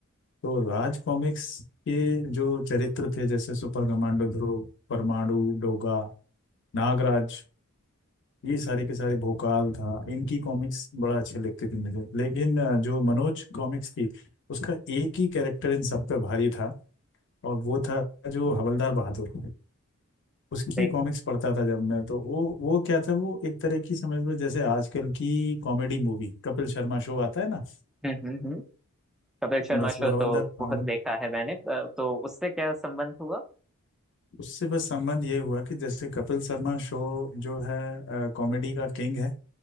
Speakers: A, on the left; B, in the centre.
A: तो राज कॉमिक्स के जो चरित्र थे जैसे सुपर कमांडो ध्रुव परमाणु डोगा नागराज ये सारे के सारे भोकाल था इनकी कॉमिक्स बड़ा अच्छे लगते थे मुझे लेकिन अ, जो मनोज कॉमिक्स थी उसका एक ही कैरेक्टर इन सब पे भारी था और वो था जो हवलदार बहादुर उसकी
B: सही
A: कॉमिक्स पढ़ता था जब मैं तो वो वो क्या था वो एक तरह की समझ लो जैसे आजकल की comedy movie Kapil Sharma show आता है ना
B: हम्म हम्म हम्म कपिल शर्मा
A: बस
B: शो
A: वो हवलदार
B: तो
A: पाल
B: बहुत देखा है मैंने अ, तो उससे क्या संबंध हुआ
A: उससे बस संबंध ये हुआ कि जैसे कपिल शर्मा शो जो है कॉमेडी का किंग है